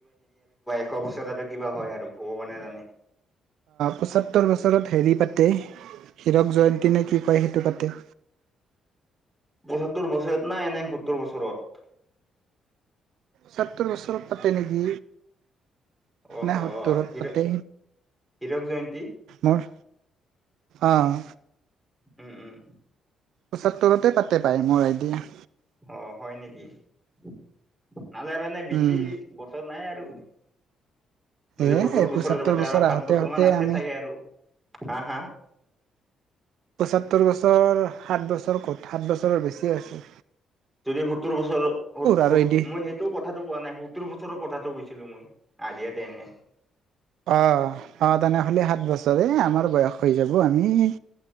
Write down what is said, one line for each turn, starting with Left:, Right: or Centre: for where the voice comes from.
Centre: ভবিষ্যতটো অৱস্থা টো কিবা হয় আৰু ভগৱানে জানে।
Right: পঁচত্তৰ বছৰত হেৰি পাতে হিৰক জয়ন্তী নে কি কয় সেইটো পাতে।
Centre: পচত্তৰ বছৰত ন পসত্তৰ বছৰত
Right: সত্তৰ বছৰ পাতে নেকি?
Centre: অ',
Right: নাই
Centre: অ',
Right: <unintelligible>
Centre: হীৰ
Right: পাতে।
Centre: হীৰক জয়ন্তী?
Right: মোৰ অঁ।
Centre: উম, উম।
Right: পঁচাত্তৰতে পাতে পায় মোৰ আইডিয়া।
Centre: অঁ, হয় নেকি? <unintelligible> বেছি
Right: উম।
Centre: বছৰ নাই আৰু। যদি
Right: এ
Centre: সত্তৰ বছৰৰে
Right: পঁচত্তৰ
Centre: পাতে আৰু সাত
Right: আহোতে
Centre: বছৰ
Right: আহোতে
Centre: মান আছে
Right: আমি
Centre: চাগে আৰু। হা- হা।
Right: পচত্তৰ বছৰ সাত বছৰ ক'ত সাত বছৰৰ বেছি আছে।
Centre: যদি সত্তৰ বছৰ মই
Right: আৰু এদি
Centre: সেইটো কথাতটো কোৱা নাই সত্তৰ বছৰ কথাটো কৈছিলো মই আদিয়াতে এনে
Right: অ' অ' তেনেহ'লে সাত বছৰে আমাৰ বয়স হৈ যাব আমি